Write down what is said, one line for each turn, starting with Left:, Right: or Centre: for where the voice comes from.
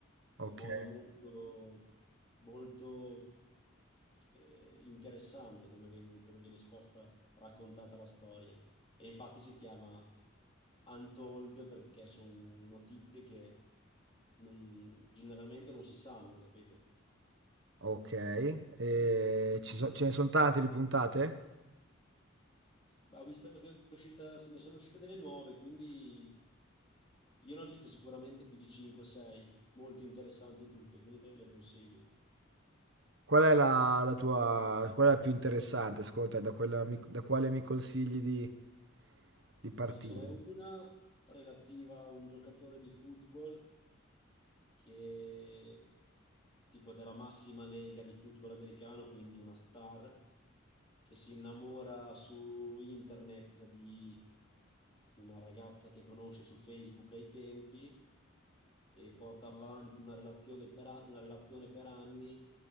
Right: Ok,
Left: in modo molto, molto eh, interessante come, ven- come viene esposta, raccontata la storia. E infatti si chiama Untold perché sono notizie che non- generalmente non si sanno, capito?
Right: ok. E ci so- ce ne sono tante di puntate?
Left: Ma ho visto che è uscita, se ne sono uscite delle nuove, quindi io ne ho viste sicuramente più di 5-6, molto interessanti tutte, quindi te le consiglio.
Right: Qual è la, la tua, qual è la più interessante, secondo te? Da, quella mi- da quale mi consigli di di partire?
Left: Beh, ce n'è una relativa a un giocatore di football che tipo della massima lega di football americano, quindi una star che si innamora su internet di una ragazza che conosce su Facebook ai tempi e porta avanti una relazione per, a- una relazione per anni,